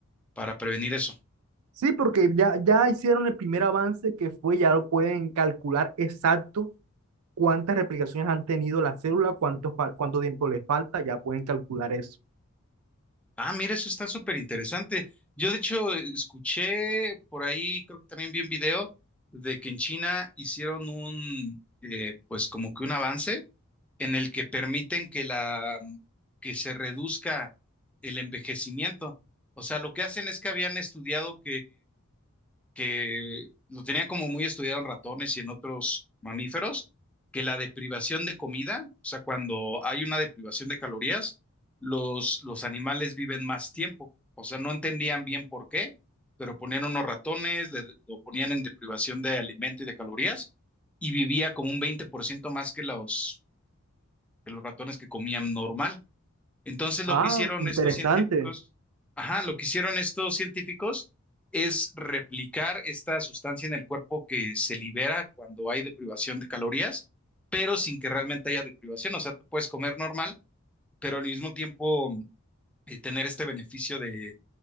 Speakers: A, in the centre; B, on the right.
A: para prevenir eso.
B: Sí, porque ya, ya hicieron el primer avance que fue, ya lo pueden calcular exacto cuántas replicaciones han tenido la célula, cuánto, fal- cuánto tiempo le falta, ya pueden calcular eso.
A: Ah, mira, eso está súper interesante. Yo de hecho escuché por ahí, creo que también vi un video de que en China hicieron un, eh, pues como que un avance en el que permiten que la, que se reduzca el envejecimiento. O sea, lo que hacen es que habían estudiado que lo tenía como muy estudiado en ratones y en otros mamíferos, que la deprivación de comida, o sea, cuando hay una deprivación de calorías, los, los animales viven más tiempo. O sea, no entendían bien por qué, pero ponían unos ratones, le- lo ponían en deprivación de alimento y de calorías y vivía como un 20% más que los, que los ratones que comían normal. Entonces
B: Ah,
A: lo que hicieron
B: interesante.
A: estos científicos, ajá, lo que hicieron estos científicos es replicar esta sustancia en el cuerpo que se libera cuando hay deprivación de calorías, pero sin que realmente haya deprivación. O sea, tú puedes comer normal, pero al mismo tiempo eh, tener este beneficio de